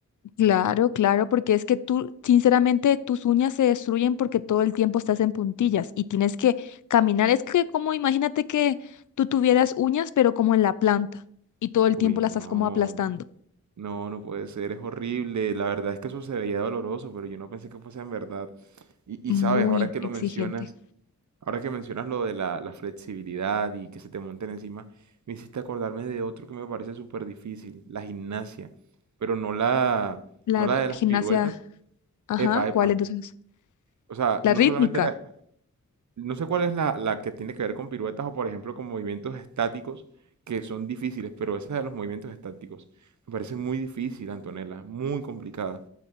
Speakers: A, on the left; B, on the right.
A: Claro, claro, porque es que tú, sinceramente, tus uñas se destruyen porque todo el tiempo estás en puntillas y tienes que caminar. Es que como imagínate que tú tuvieras uñas, pero como en la planta y todo el
B: Uy,
A: tiempo
B: no.
A: las estás como aplastando.
B: No, no puede ser. Es horrible. La verdad es que eso se veía doloroso, pero yo no pensé que fuese en verdad. Y, y
A: Muy
B: sabes, ahora que
A: exigente.
B: lo mencionas, Ahora que mencionas lo de la, la flexibilidad y que se te monten encima, me hiciste acordarme de otro que me parece súper difícil, la gimnasia, pero no la,
A: La
B: no
A: r-
B: la de las
A: gimnasia,
B: piruetas.
A: ajá,
B: Epa, epa.
A: ¿cuál entonces?
B: O sea,
A: La
B: no
A: rítmica.
B: solamente la... No sé cuál es la, la que tiene que ver con piruetas o, por ejemplo, con movimientos estáticos que son difíciles, pero esa de los movimientos estáticos me parece muy difícil, Antonella, muy complicada.